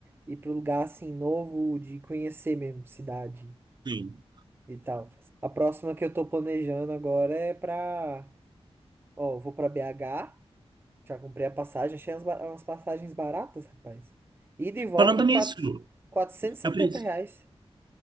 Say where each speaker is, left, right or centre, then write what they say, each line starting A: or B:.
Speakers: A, on the right; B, on the right.
A: ir pro lugar assim novo, de conhecer mesmo cidade
B: Sim.
A: e tal. A próxima que eu tô planejando agora é pra. Ó, eu vou pra BH, já comprei a passagem, achei umas, ba- umas passagens baratas, rapaz. Ida e volta,
B: Falando
A: quatro,
B: nisso,
A: quatrocentos e setenta
B: eu preciso
A: reais.